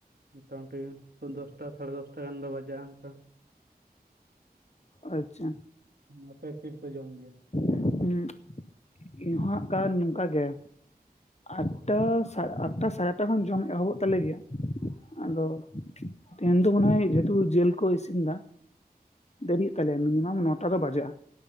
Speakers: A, on the right; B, on the left.
A: ᱢᱚᱴᱟ ᱢᱩᱴᱤ ᱫᱚᱥᱴᱟ ᱥᱟᱲᱮ ᱫᱚᱥᱴᱟ ᱜᱟᱱ ᱨᱮ ᱵᱟᱡᱟᱜᱼᱟ ᱚᱱᱠᱟ
B: ᱟᱪᱪᱷᱟ
A: ᱦᱩᱸ ᱟᱯᱮ ᱛᱤᱨᱮ ᱯᱮ ᱡᱚᱢ ᱜᱮᱭᱟ
B: <inaudible> ᱦᱩᱸ ᱤᱧᱦᱚᱜ ᱠᱟᱱ ᱱᱚᱝᱠᱟ ᱜᱮ ᱟᱴᱴᱟ, ᱟᱴᱴᱟ ᱥᱟᱲᱮ ᱟᱴᱴᱟ ᱠᱷᱚᱱ ᱡᱚᱢ ᱮᱦᱚᱵᱚᱜ ᱛᱟᱞᱮ ᱜᱮᱭᱟ ᱟᱫᱚ ᱛᱮᱦᱮᱧ ᱫᱚ ᱢᱚᱱᱮ ᱦᱚᱭ ᱡᱮᱦᱮᱛᱩ ᱡᱤᱞ ᱠᱚ ᱤᱥᱤᱱ ᱮᱫᱟ ᱫᱮᱨᱤᱜ ᱛᱟᱞᱮᱭᱟ ᱢᱤᱱᱤᱢᱟᱢ ᱱᱚᱴᱟ ᱫᱚ ᱵᱟᱡᱟᱜᱼᱟ